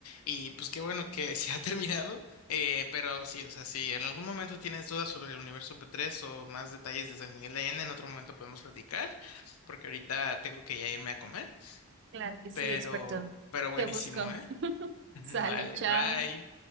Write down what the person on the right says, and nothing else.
Claro que
sí, experto.
Te busco.
Sale,
chao.